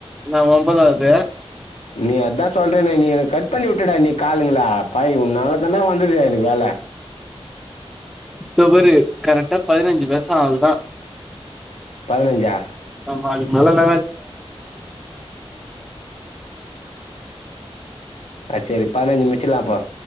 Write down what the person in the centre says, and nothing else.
நா ஒம்பதாவது
தோ பாரு கரக்டா பதினஞ்சு பேசா ஆள் தா
ஆமா அதுக்கு மேல <inaudible>